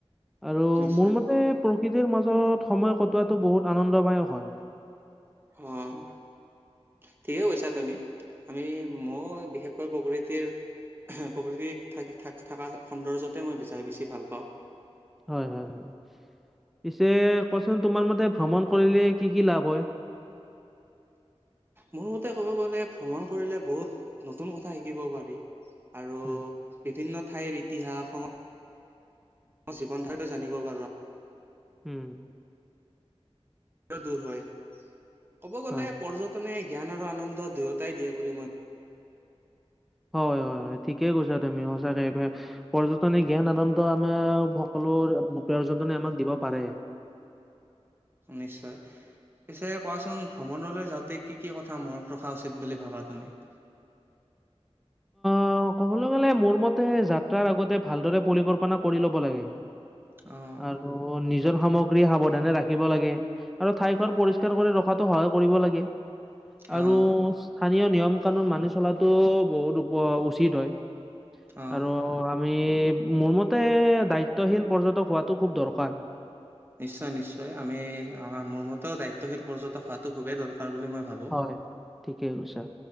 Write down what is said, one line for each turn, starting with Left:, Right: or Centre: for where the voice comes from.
Centre: আৰু
Right: নিশ্চয়
Centre: মোৰ মতে প্ৰ প্ৰকৃতিৰ মাজত সময় কটোৱাটো বহুত আনন্দদায়ক হয়।
Right: অঁ। ঠিকে কৈছা তুমি। আমি, মই বিশেষকৈ প্ৰকৃতিৰ এহ, প্ৰকৃতিত থাকি থা থাকা সৌন্দৰ্যতে মই বিছাই বেছি ভাল পাওঁ।
Centre: হয় হয় হয়। পিছে কোৱাচোন তোমাৰ মতে ভ্ৰমণ কৰিলে কি কি লাভ হয়?
Right: মোৰ মতে ক'ব গ'লে ভ্ৰমণ কৰিলে বহুত নতুন কথা শিকিব পাৰি। আৰু
Centre: উম,
Right: বিভিন্ন ঠাইৰ ইতিহাস, সং জীৱন ধাৰাটো জানিব পাৰোঁ আ
Centre: উম।
Right: দূৰ হয়। ক'ব গ'লে
Centre: হয়।
Right: পৰ্যটনে জ্ঞান আৰু আনন্দ দুয়োটাই দিয়ে বুলি মই
Centre: হয় হয় হয় ঠিকে কৈছা তুমি, সঁচাকে পৰ্যটনে জ্ঞান আনন্দ আমাৰ সকলো প পৰ্যটনে আমাক দিব পাৰে।
Right: নিশ্চয়। পিছে কোৱাচোন? ভ্ৰমণলৈ যাওঁতে কি কি কথা মনত ৰখা উচিত বুলি ভাৱা তুমি? <inaudible>
Centre: অঁ, ক'বলৈ গ'লে, মোৰ মতে যাত্ৰাৰ আগতে ভালদৰে পৰিকল্পনা কৰি ল'ব লাগে।
Right: অ',
Centre: আৰু নি নিজৰ সামগ্ৰী সাৱধানে ৰাখিব লাগে। আৰু ঠাইখন পৰিষ্কাৰ কৰি ৰখাটো সহায় কৰিব লাগে।
Right: অ',
Centre: আৰু স্থানীয় নিয়ম কানুন মানি চলাটো বহুত উপ উচিত হয়
Right: অ'।
Centre: আৰু আম আমি মোৰ মতে দায়িত্বশীল পৰ্যটক হোৱাটো খুব দৰকাৰ
Right: নিশ্চয় নিশ্চয় আমি মোৰ মতেও দায়িত্বশীল পৰ্যটক হোৱাটো খুবেই দৰকাৰ বুলি মই ভাবোঁ।
Centre: হয় হয় ঠিকে কৈছা